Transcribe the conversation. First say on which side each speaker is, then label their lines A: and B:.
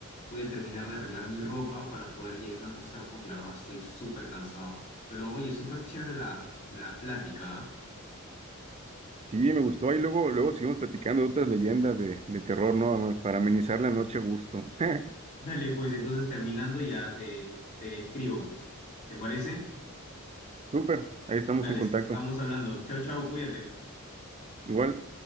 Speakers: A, on the left; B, on the right.
A: Voy a terminar de arreglar mi ropa para poder ya irme a acostar porque la verdad estoy súper cansado. Pero oye, súper chévere la, la plática. ¿ah?
B: sí, me gustó. Ahí luego, luego seguimos platicando de otras leyendas de, de terror, ¿no? Para amenizar la noche a gusto. <laughs>
A: Dale, pues entonces terminando ya te, te escribo, pues. ¿Te parece?
B: Súper, ahí estamos
A: Dale,
B: en contacto.
A: estamos hablando. Chau, chau, cuídate.
B: Igual.